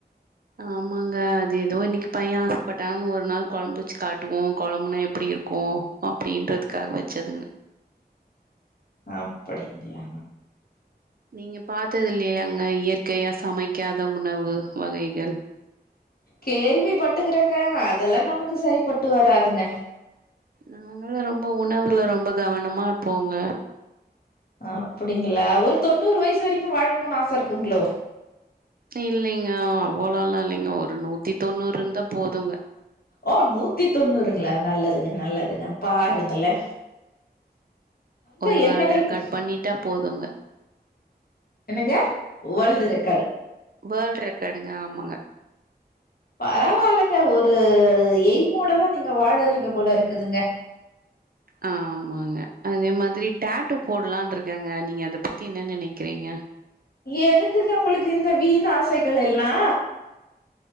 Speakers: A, on the right; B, on the left.
A: ஆமாங்க அது எதோ இன்னைக்கு பைய ஆசைப்பட்டான் ஒரு நாள் கொழம்பு வச்சு காட்டுவோ கொழம்புனா எப்டி இருக்கு அப்டின்றதுக்காக வச்சதுங்க
B: அப்டிங்களா
A: நீங்க பாத்தது இல்லைலங்க இயற்கையா சமைக்காத உணவு வகைகள்
B: கேள்வி பட்டுக்கறங்க அதெல்லா நமக்கு சரி பட்டு வராதுங்க
A: நாங்களா ரொம்ப உணவுல ரொம்ப கவனமா இருப்போங்க
B: அப்டிங்களா ஒரு தொண்ணூறு வயசு வரைக்கு வாழணுனு ஆச இருக்குங்ளோ
A: இல்லைங்க அவ்வளோல்லா இல்லைங்க ஒரு நூத்தி தொண்ணூறு இருந்தா போதுங்க
B: ஓ நூத்தி தொண்ணூறுங்களா நல்லதுங்க நல்லதுங்க பாருங்கலெ
A: ஒரு
B: எண்ணங்கள்
A: வேல்ட் ரெக்கார்ட்
B: கு
A: பண்ணிட்டா போதுங்க
B: என்னங்க வேர்ல்டு ரெக்கார்டு
A: வேல்ட் ரெக்கார்டுங்க ஆமாங்க
B: பரவால்லங்க ஒரு எய்மோடதா நீங்க வாழறீங்க போல இருக்குதுங்க
A: ஆமாங்க அதே மாதிரி டேட்டோ போடலானு இருக்கேங்க நீங்க அத பத்தி என்ன நெனைக்கிறீங்க
B: எதுக்குங்க உங்களுக்கு இந்த வீண் ஆசைகள் எல்லா